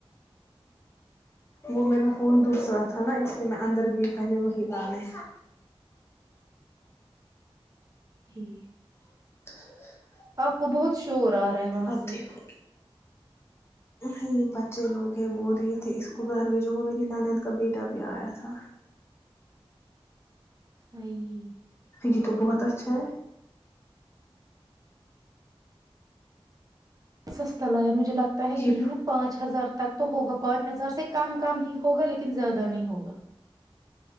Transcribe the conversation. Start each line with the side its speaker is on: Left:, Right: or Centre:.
Left: وہ میرا فون دوسرا تھا نا اس لیے میں اندر گئی پہلے وہی لے
Right: جی
Left: <inaudible>
Right: آپ کو بہت شور آ رہا ہے وہاں
Left: اب
Right: سے
Left: دیکھوں گی یہ بچے لوگ ہیں بول رہے تھے اس کو گھر بھیجو وہ میری نانند کا بیٹا بھی آیا تھا
Right: آئی
Left: یہ تو بہت اچھا چھ
Right: <unintelligible> لگتا ہے یہی
Left: جی
Right: نا پانچ ہزار تو تک تو ہوگا پانچ ہزار سے کم کم ہی ہوگا لیکن زیادہ نہیں ہوگا